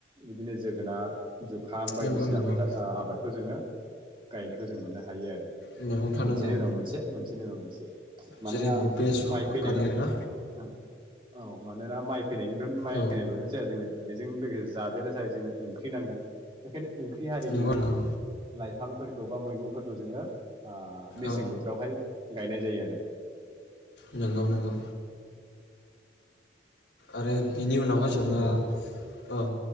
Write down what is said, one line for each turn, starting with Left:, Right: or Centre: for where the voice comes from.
Right: बिदिनो जोगोनार जुखाम बायदिसिना
Left: नंगौ नंगौ
Right: फोथार ओ आबादखौ जोंङो गायनायखौ जों मोननो हायो आरो
Left: मैगं थानांगौ
Right: मोनसेनि उनाव मोनसे मोनसेनि उनाव मोनसे मानोना
Left: जेरै बेसर
Right: माइ फैनायल'
Left: आरि
Right: ओ
Left: ना
Right: औ मानोना माइ फैनायजोंथ' माइ
Left: औ
Right: फैनायल' जाया जोंनो बेजों लोगोसे जादेरनो थाखाय जोंनो ओंख्रि नांगोन बेखायनो ओंख्रि हारिनि
Left: नंगौ नंगौ
Right: लाइफांफोरखौ बा मैगंफोरखौ जोंङो ओ मेसें
Left: औ
Right: बोथोरावहाय गायनाय जायो आरो
Left: नंगौ नोंगौ आरो बिनि उनावहाय
Right: बेनिफ्राय
Left: जेब्ला औ